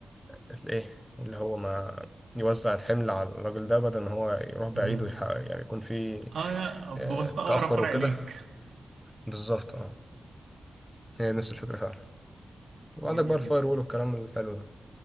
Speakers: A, in the centre; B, on the right.
A: ال- ايه اللي هو ما يوزع الحمل على الراجل ده بدل ما هو يروح بعيد
B: مهم.
A: ويحقق يعني يكون في
B: اه يا- ببساطه
A: آه، تاخر
B: اقرب فرع
A: وكده
B: ليك
A: بالظبط اه هي نفس الفكره فعلا وعندك
B: <laughs> جميل
A: بقى الفاير
B: جدا
A: وول والكلام الحلو ده